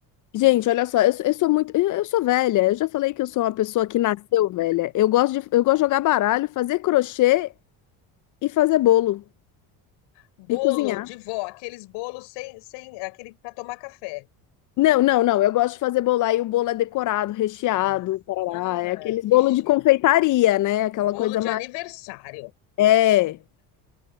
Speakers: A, on the left; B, on the left.
A: Gente, olha só, eu, sou- eu sou muito. Eu, eu sou velha. Eu já falei que eu sou uma pessoa que nasceu velha. Eu gosto de, eu gosto de jogar baralho, fazer crochê e fazer bolo
B: Bolo
A: e cozinhar.
B: de vó, aqueles bolos sem, sem aquele para tomar café.
A: Não, não, não. Eu gosto de fazer bolo. Aí o bolo é decorado, recheado,
B: Ah,
A: tarará.
B: ah,
A: É aqueles
B: que
A: bolo
B: chique.
A: de confeitaria, né? Aquela
B: Bolo
A: coisa
B: de
A: mais.
B: aniversário.
A: É.